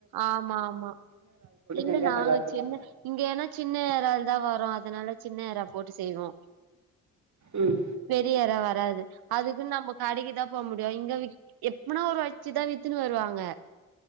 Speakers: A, on the right; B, on the right.
A: ஆமா ஆமா இல்ல
B: செஞ்சா
A: நாங்க
B: நல்லா இருக்குமா
A: சின்ன இங்க ஏன்னா சின்ன ஏரால தா வரு அதனால சின்ன ஏரா போட்டு செய்வோ
B: ம்
A: பெரிய ஏரா வராது அதுக்குன்னு நம்ம கடைக்குதா போ முடியு இங்க எப்பனா ஒரு வச்சிதா வித்துன்னு வருவாங்க